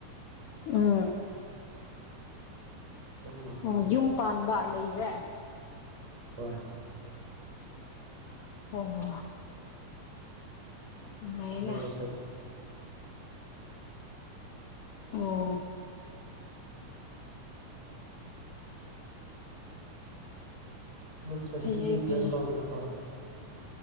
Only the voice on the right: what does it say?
ꯑꯗꯨꯝ ꯂꯥꯛꯄꯅꯤꯅ
ꯍꯣꯏ
ꯑꯗꯨꯃꯥꯏꯅ
ꯑꯗꯨ ꯆꯍꯤꯗꯒꯤ
ꯒ꯭ꯌꯥꯁ ꯇꯧꯗꯣꯏꯔꯀꯣ